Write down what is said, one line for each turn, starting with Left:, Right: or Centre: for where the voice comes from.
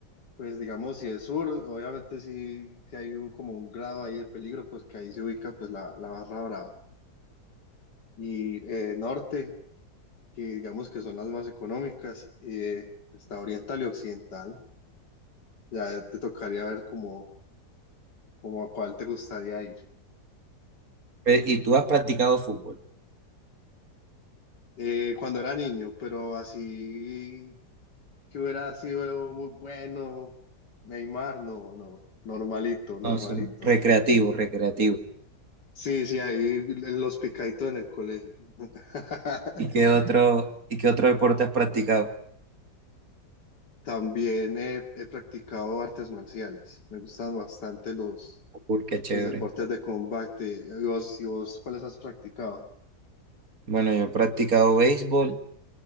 Left: pues digamos, si es sur, obviamente sí, sí hay un- como un grado ahí de peligro, porque ahí se ubica pues la, la barra brava. Y eh, norte, que digamos que son las más económicas, eh, está oriental y occidental. Ya te tocaría ver como, como a cuál te gustaría ir.
Right: Eh, y tú has practicado fútbol,
Left: eh, cuando era niño, pero así que hubiera sido muy bueno, Neymar, no, no, normalito, normalito.
Right: no, son recreativo, recreativo.
Left: Sí, sí, ahí los picaditos en el colegio. <laughs>
Right: ¿Y qué otro, y qué otro deporte has practicado?
Left: También he, he practicado artes marciales. Me gustan bastante los,
Right: Uy, qué chévere.
Left: los deportes de combate. ¿Y vos, y vos cuáles has practicado?
Right: Bueno, yo he practicado béisbol